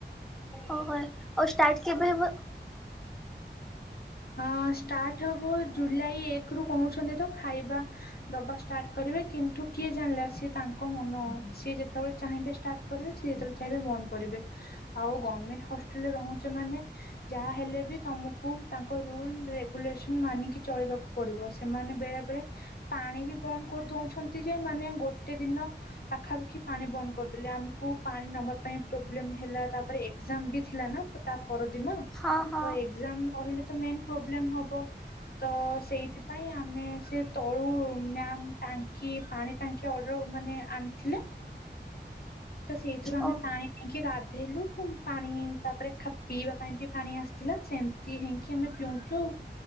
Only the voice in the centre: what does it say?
ଓହୋ। ଆଉ ଷ୍ଟାର୍ଟ କେବେ ହବ?
ହଁ ହଁ
ଓ